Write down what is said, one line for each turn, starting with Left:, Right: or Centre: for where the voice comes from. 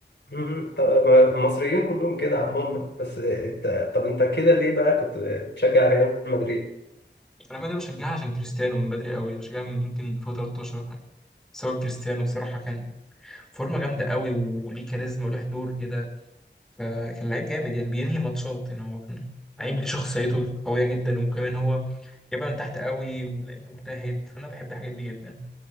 Left: مم، طب ما المصريين كلهم كده عموما بس انت طب انت كده ليه بقى كنت بتشجع ريال مدريد
Centre: ريال مدريد بشجعها عشان كريستيانو من بدري قوي بشجعها من يمكن 2013 ولا حاجه بسبب كريستيانو بصراحه كان فورمه جامده قوي وليه كاريزما وليه حضور كده فكان لعيب جامد يعني بينهي ماتشات يعني هو كان
Left: <laughs> مم.
Centre: لعيب ليه شخصيته قويه جدا وكمان هو جايبها من تحت قوي ولعيب مجتهد فانا بحب الحاجات دي جدا